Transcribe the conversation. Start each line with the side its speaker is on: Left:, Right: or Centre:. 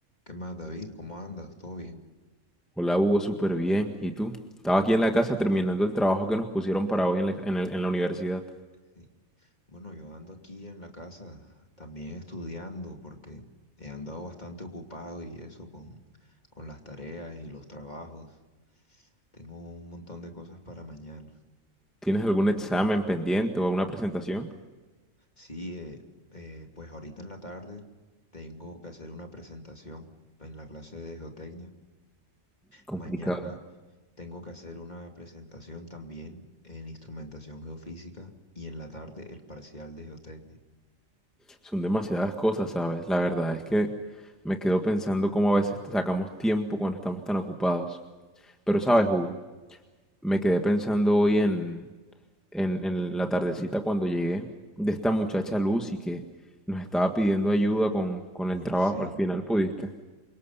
Left: ¿Qué más, David? ¿Cómo andas? ¿Todo bien?
Centre: Hola Hugo, súper bien. ¿Y tú? Estaba aquí en la casa terminando el trabajo que nos pusieron para hoy en la, en el- en la universidad.
Left: Sí. Bueno, yo ando aquí en la casa también estudiando porque he andado bastante ocupado y eso con, con las tareas y los trabajos. Tengo un montón de cosas para mañana.
Centre: ¿Tienes algún examen pendiente o alguna presentación?
Left: Sí, eh, eh, pues ahorita en la tarde tengo que hacer una presentación en la clase de geotecnia.
Centre: Complicado.
Left: Mañana tengo que hacer una presentación también en instrumentación geofísica y en la tarde el parcial de geotecnia.
Centre: Son demasiadas cosas, ¿sabes? La verdad es que me quedo pensando cómo a veces sacamos tiempo cuando estamos tan ocupados. Pero sabes, Hugo, me quedé pensando hoy en, en, en la tardecita cuando llegué de esta muchacha Lucy que nos estaba pidiendo ayuda con, con el
Left: Uf,
Centre: trabajo.
Left: sí.
Centre: Al final pudiste.